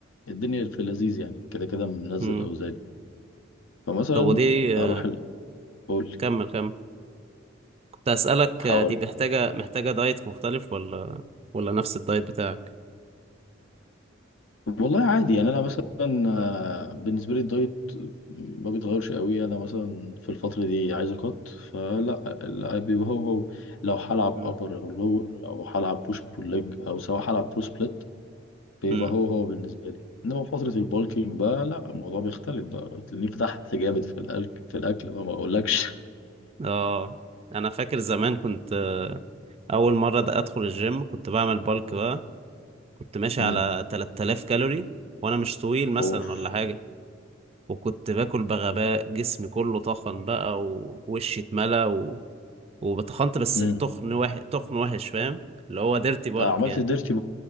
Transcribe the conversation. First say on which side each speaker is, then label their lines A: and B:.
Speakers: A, on the left; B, on the right.
A: الدنيا في اللذيذ يعني كده كده منزل
B: امم
A: اوزاني فمثلا
B: طب ودي آه،
A: اروح ال- اقول
B: كمل كمل كنت أسألك
A: حوالي
B: آه، دي محتاجة محتاجة دايت مختلف ولا ولا نفس الدايت بتاعك
A: والله عادي يعني انا مثلا آه، بالنسبه لي الدايت ما بيتغيرش قوي انا مثلا في الفتره دي عايز اقط فلا لا، بيبقى هو هو لو هلعب
B: مم.
A: ابر او لور او هلعب بوش بول ليج او سواء هلعب برو سبليت بيبقى
B: مم.
A: هو هو بالنسبة لي انما في فترة البولكينج بقى لا الموضوع بيختلف بقى تلاقيني فتحت جامد في الاكل في الاكل بقى ما اقولكش
B: اه انا فاكر زمان كنت آه، اول مرة ده ادخل الجيم كنت بعمل بالك بقى كنت ماشي
A: امم
B: على 3000 كالوري وانا مش طويل مثلا
A: اوف
B: ولا حاجة وكنت باكل بغباء جسمي كله طخن بقى ووشي اتملى و... وبتخنت بس
A: امم
B: التخن وح... تخن وحش فاهم اللي هو ديرتي بالك
A: آه عملت
B: يعني
A: ديرتي